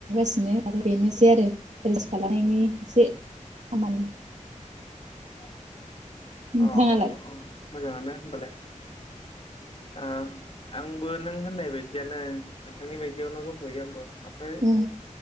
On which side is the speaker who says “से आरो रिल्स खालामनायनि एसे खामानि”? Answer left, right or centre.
Right